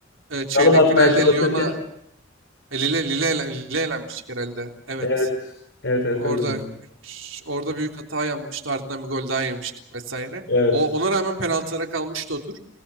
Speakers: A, on the right; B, on the left.
A: e, Çeyrek
B: Salım atmaya
A: finalde
B: çalışırken
A: Lyon'a E, Lille, Lille, Lille elenmiştik herhalde. Evet.
B: evet. Evet evet
A: Orada
B: öyle oldu.
A: üç- orada büyük hata yapmıştı. Ardından bir gol daha yemiştik vesaire.
B: Evet.
A: O ona rağmen penaltılara kalmıştı o tur.